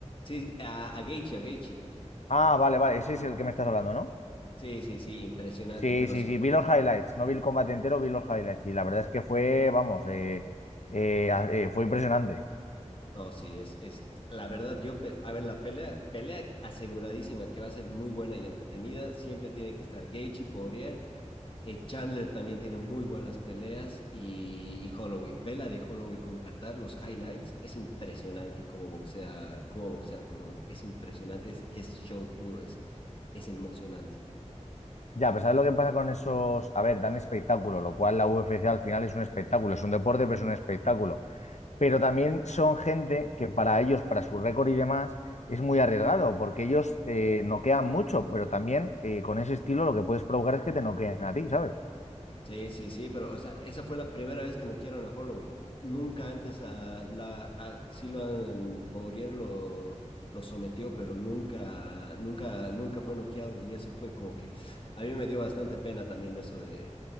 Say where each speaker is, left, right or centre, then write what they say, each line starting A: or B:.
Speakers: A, on the left; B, on the left.
A: Sí, sí, a, a Gaethje, a Gaethje.
B: Ah, vale, vale, ese es el que me estás hablando, ¿no?
A: Sí, sí, sí, impresionante.
B: Sí,
A: Pero
B: sí,
A: sí,
B: sí, vi los highlights, no vi el combate entero, vi los highlights y la verdad es que fue, vamos, eh, eh, a- eh, fue impresionante.
A: No, sí, es, es la verdad, yo, pe- a ver, la pelea, pelea aseguradísima que va a ser muy buena y entretenida, siempre tiene que estar Gaethje, Poirier, eh, Chandler también tiene muy buenas peleas y, y Holloway, vela de Holloway con Qatar, los highlights, es impresionante cómo boxea, cómo boxea Holloway, es impresionante, es que es show puro, es, es emocionante.
B: Ya, pues ¿sabes lo que pasa con esos? A ver, dan espectáculo, lo cual la UFC al final es un espectáculo, es un deporte, pero es un espectáculo. Pero también son gente que para ellos, para su récord y demás, es muy arriesgado, porque ellos eh, noquean mucho, pero también eh, con ese estilo lo que puedes provocar es que te noqueen a ti, ¿sabes?
A: Sí, sí, sí, pero o sea, esa fue la primera vez que noquearon a Holloway. Nunca antes a la a Silvan Poirier lo, lo sometió, pero nunca, nunca, nunca fue noqueado. Y eso fue como que a mí me dio bastante pena también eso de,